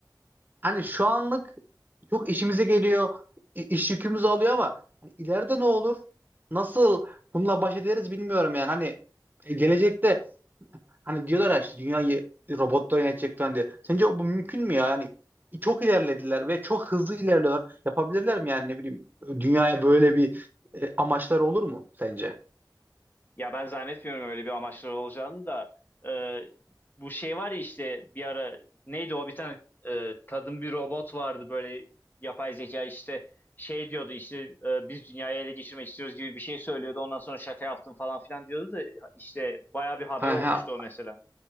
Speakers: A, on the right; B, on the left.
A: hani şu anlık çok işimize geliyor. i- iş yükümüzü alıyor ama hani ileride ne olur? Nasıl bununla baş ederiz bilmiyorum yani. Hani e, gelecekte Hani diyorlar ya işte dünyayı robotlar yönetecek falan diye. Sence bu mümkün mü ya? Yani çok ilerlediler ve çok hızlı ilerliyorlar. Yapabilirler mi yani ne bileyim dünyaya böyle bir e, amaçları olur mu sence?
B: Ya ben zannetmiyorum öyle bir amaçları olacağını da e, bu şey var ya işte bir ara neydi o bir tane e, kadın bir robot vardı böyle yapay zeka işte şey diyordu işte e, biz dünyayı ele geçirmek istiyoruz gibi bir şey söylüyordu ondan sonra şaka yaptım falan filan diyordu da işte baya bir haber
A: Aha,
B: olmuştu o mesela.